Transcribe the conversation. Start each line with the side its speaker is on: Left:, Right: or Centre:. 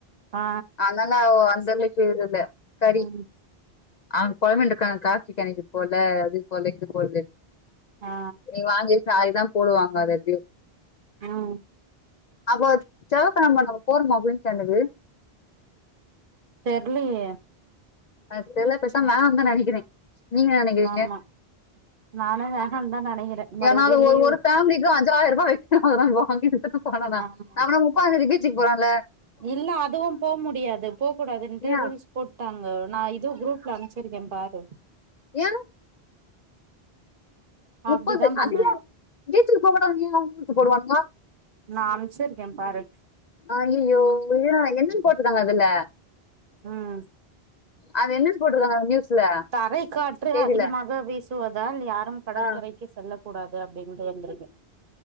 Right: ஆ
Left: ஆனல்லா ஓ அந்தலவுக்கு இது இல்ல கறி
Right: ம்
Left: அவங்க பொலம்பின்ட்டுருக்காங்க காசி கெளம்பி போல அது போல இது போடலன்னு
Right: ஆ
Left: நீ வாங்கி ச இதா போடுவாங்க அத எப்டியு
Right: ம்
Left: அப்போ செவ்வா கெழம நம்ப போறோமா புதன் கேண்டது
Right: தெர்லயே
Left: அது தெர்ல பேசாமா வேனா தா நெனைக்கிறே நீங்க என்ன நெனைக்கிறீங்க
Right: ஆமா நானு வேனாந்தா நெனைக்கிற மருபிடியு
Left: ஏன்னா அது ஒரு
Right: லீவு
Left: ஒரு ஃபேமிலிக்கு அஞ்சாயிர ரூபா வச்சினுக்கிறோ வாங்கி குடுத்துட்டு போனானா
Right: ஆமா
Left: நம்மளா முப்பாந்தேதிக்கு பீச்சிக்கு போறோல்ல
Right: இல்ல அதுவு போ முடியாது போ கூடாதுன்ட்டு
Left: ஏன்
Right: ரூல்ஸ் போட்டாங்க நா இதுவு குரூப்ல அ ம்சிருக்கே பாரு
Left: யான் முப்பது
Right: அப்டிதா பண்ணு
Left: அது ஏ பீச்சிக்கு போகக்கூடாதுன் ஏ ரூல்ஸ் போடுவானுங்க
Right: நா அம்ச்சிருக்கே பாரு
Left: ஆ அய்யயோ இது என்னாடா என்னான்னு போட்டுருக்காங்க அதுல
Right: ம்
Left: அது என்னான் போட்டுருக்காங்க அந்த நியூஸ்ல
Right: தரை காற்று
Left: செய்தியில
Right: அதிகமாக வீசுவதால் யாரும் கடற்கரை
Left: ஆ,
Right: க்கு செல்லக் கூடாது அப்டின்ட்டு வந்துருக்கு